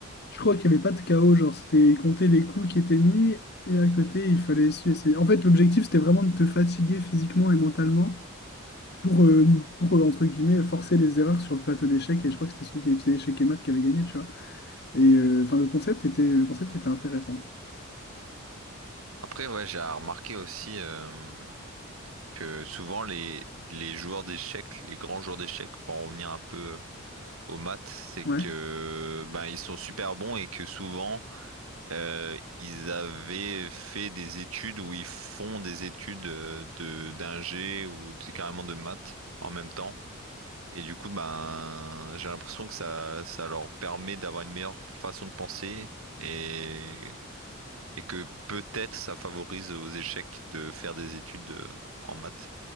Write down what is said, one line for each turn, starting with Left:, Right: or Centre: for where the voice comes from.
Left: Je crois qu'il n'y avait pas de chaos. Genre, c'était, ils comptaient les coups qui étaient mis. Et à côté, il fallait essayer. essayer. En fait, l'objectif, c'était vraiment de te fatiguer physiquement et mentalement pour, euh, pour, euh, entre guillemets, forcer les erreurs sur le plateau d'échecs. Et je crois que c'était celui qui avait fait échec et maths qui avait gagné, tu vois. Et euh, enfin, le concept était, le concept était intéressant.
Right: Après, ouais, j'ai remarqué aussi euh, que souvent les, les joueurs d'échecs, les grands joueurs d'échecs, pour en revenir un peu aux maths, c'est
Left: Ouais.
Right: que ben, ils sont super bons et que souvent. euh, ils avaient fait des études où ils font des études euh, de d'ingé ou de- carrément de maths en même temps. Et du coup, ben, j'ai l'impression que ça, ça leur permet d'avoir une meilleure façon de penser et, et que peut-être ça favorise aux échecs de faire des études euh, en maths.